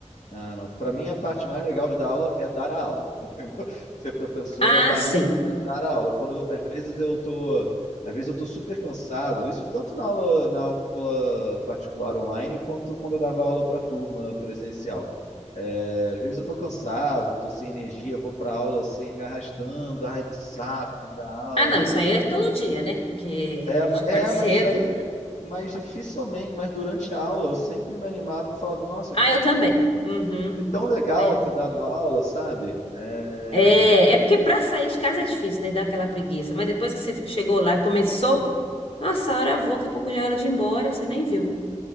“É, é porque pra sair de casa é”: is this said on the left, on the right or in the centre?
Left